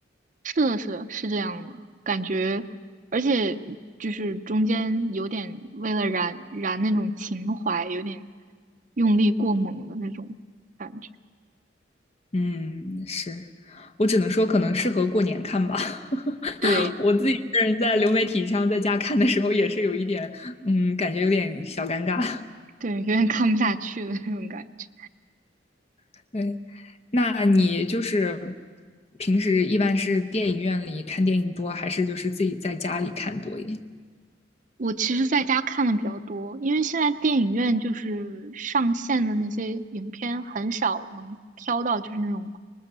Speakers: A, on the right; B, on the left.
A: 是的，是的，是这样的感觉，而且就是中间有点为了燃燃那种情怀，有点用力过猛的那种感觉，
B: 嗯，是，我只能说可能适合过年看吧。<laughs>
A: 对
B: 我自己一个人在流媒体上在家看的时候，也是有一点，嗯，感觉有点小尴尬。
A: 对，有点看不下去的那种感觉。
B: <laughs> 对，那你就是平时一般是电影院里看电影多，还是就是自己在家里看多一点？
A: 我其实在家看的比较多，因为现在电影院就是上线的那些影片很少能挑到，就是那种